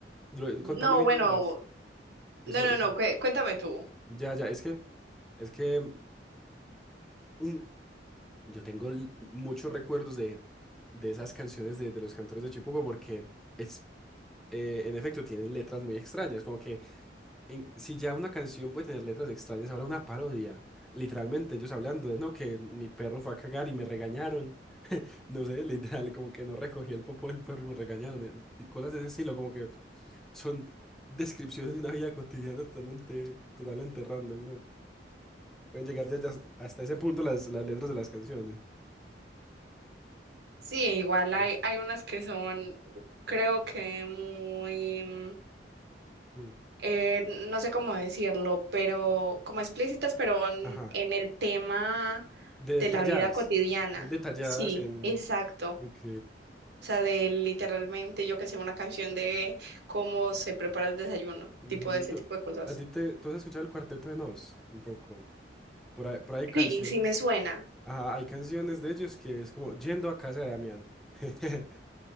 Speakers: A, in the centre; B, on the right (about 65°).
A: lo-
B: No,
A: Contame bien
B: bueno,
A: lo de las... Eso,
B: no, no,
A: eso.
B: no, cué- cuéntame tú.
A: Ya, ya, es que, es que mm, Yo tengo l- muchos recuerdos de, de esas canciones de, de los cantores de Chipuco porque es, eh, en efecto tienen letras muy extrañas, como que en- si ya una canción puede tener letras extrañas, ahora una parodia, literalmente ellos hablando de, no, que mi perro fue a cagar y me regañaron, no sé, literal, como que no recogí el popo del perro y me regañaron, eh, y cosas de ese estilo, como que son descripciones de una vida cotidiana totalmente, totalmente random, ¿no? Pueden llegar ya, ya hasta ese punto las, las letras de las canciones.
B: Sí, igual hay,
A: Sí.
B: hay unas que son, creo que muy, mm,
A: Mm.
B: eh, no sé cómo decirlo, pero como explícitas, pero en,
A: Ajá.
B: en el tema
A: De detalladas,
B: de la vida cotidiana.
A: muy detalladas
B: Sí,
A: en...
B: exacto.
A: Ok.
B: O sea, de literalmente, yo que sé, una canción de cómo se prepara el desayuno,
A: ujú,
B: tipo de ese
A: yo-
B: tipo de cosas.
A: ¿A ti te... ¿Tú has escuchado el Cuarteto de Nos? Un poco. Por ahí, por ahí hay canciones.
B: Sí, sí me suena.
A: Ajá, hay canciones de ellos que es como yendo a casa de Damián. <laughs>